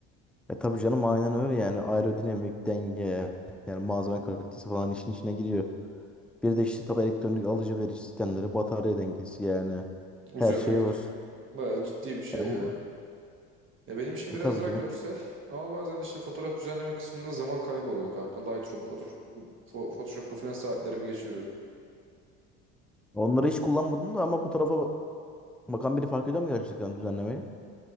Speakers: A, in the centre; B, on the right.
A: E tabii canım aynen öyle yani. Aerodinamik denge yani malzeme kalitesi falan işin içine giriyor. Bir de işte tabi elektronik alıcı verici sistemleri, batarya dengesi yani
B: Uzuyor
A: her şey
B: da gidiyor.
A: var.
B: Bayağı ciddi bir şey
A: Ya
B: ya.
A: bu
B: Ya benim işim
A: e
B: biraz
A: tabii
B: daha
A: canım.
B: görsel ama bazen işte fotoğraf düzenleme kısmında zaman kaybı oluyor kanka. Lightroom, Photoshop, Fo- Photoshop'la falan saatlerimi geçiriyorum.
A: Onları hiç kullanmadım da ama fotoğrafa bakan biri fark ediyor mu gerçekten düzenlemeyi?